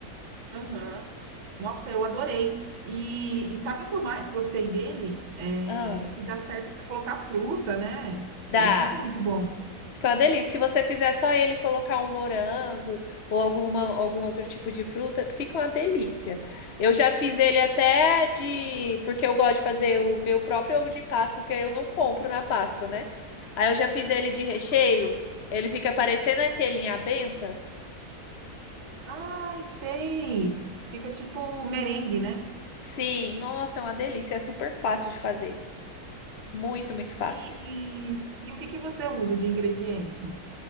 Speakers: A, on the right (about 50°); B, on the left (about 50°).
A: Aham. Nossa, eu adorei. E, e sabe o que eu mais gostei dele? É
B: Ah,
A: que dá certo para colocar fruta, né?
B: dá.
A: Ele fica muito bom.
B: Fica uma delícia. Se você fizer só ele e colocar um morango ou alguma, algum outro tipo de fruta, fica uma delícia. Eu já fiz ele até de. Porque eu gosto de fazer o meu próprio ovo de Páscoa, que eu não compro na Páscoa, né? Aí eu já fiz ele de recheio. Ele fica parecendo aquele em abenta.
A: Ai, sei. Fica tipo merengue, né?
B: Sim, nossa, é uma delícia. É super fácil de fazer. Muito, muito fácil.
A: E, e, e o que que você usa de ingrediente?